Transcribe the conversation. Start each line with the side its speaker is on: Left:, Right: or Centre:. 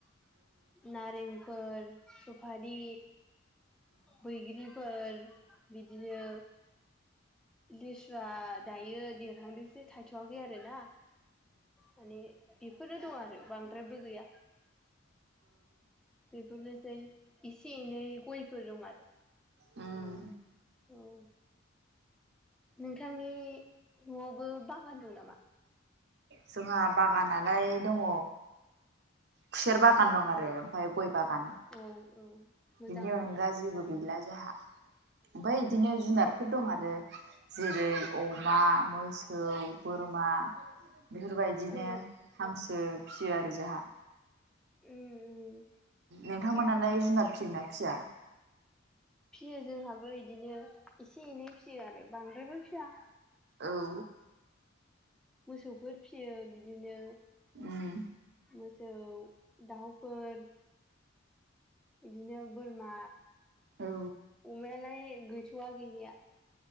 Centre: नारेंफोर, सुफारि बैग्रिफोर बिदिनो लिसुआ दायो देरहांदोंसो थायथ'वाखै आरो ना माने बेफोरनो दं आरो बांद्रायबो गैया बेफोरनोसै एसे एनै गयफोर दं आरो
Right: उम
Centre: औ नोंथांनि नआवबो बागान दं नामा
Right: जोंहा बागानालाय दङ खुसेर
Centre: औ
Right: बागान दं आरो ओमफ्राय गय बागान
Centre: औ औ मोजाङानो
Right: बिनि अनगा जेबो गैला जाहा ओमफ्राय बिदिनो
Centre: औ
Right: जुनारफोर दं आरो जेरै अमा मोसौ बोरमा बेफोरबायदिनो
Centre: औ
Right: हांसो फिसियो आरो जाहा
Centre: उम उम
Right: नोंथांमोनालाय जुनाद फिसिगोना फिसिया
Centre: फियो जोंहाबो इदिनो एसे एनै फिसियो आरो बांद्रायबो फिया
Right: औ
Centre: मोसौफोर फियो बिदिनो
Right: उम
Centre: मोसौ दाउफोर इदिनो बोरमा
Right: औ
Centre: अमायालाय गैथवा गैनाया